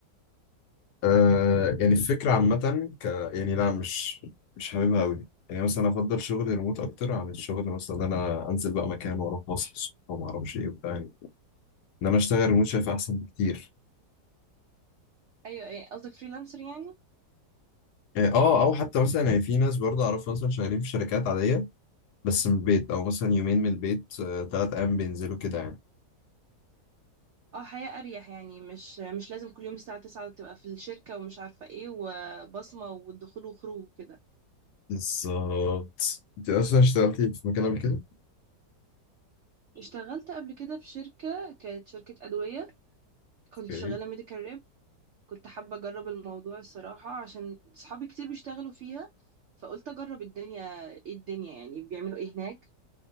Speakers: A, on the left; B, on the right.
A: آه يعني الفكرة عامة ك يعني لا مش مش حاببها أوي يعني مثلا أفضل شغل ريموت أكتر عن الشغل مثلا إن أنا أنزل بقى مكان وأروح أصحى الصبح وما أعرفش إيه وبتاع يعني إن أنا أشتغل ريموت شايف أحسن بكتير
B: ايوه ايه قصدك فريلانسر يعني
A: يعني أه أو حتى مثلا يعني في ناس برضه أعرفها مثلا شغالين في شركات عادية بس من البيت أو مثلا يومين من البيت آه، تلات أيام بينزلوا كده يعني
B: اه حياة اريح يعني مش مش لازم كل يوم الساعة 9 تبقى في الشركة ومش عارفة ايه وبصمة والدخول وخروج وكده
A: بالظبط أنت أصلا اشتغلتي في مكان قبل كده؟
B: اشتغلت قبل كده في شركة كانت شركة أدوية كنت
A: أوكي
B: شغالة ميديكال ريب كنت حابة أجرب الموضوع الصراحة عشان صحابي كتير بيشتغلوا فيها فقلت أجرب الدنيا ايه الدنيا يعني بيعملوا ايه هناك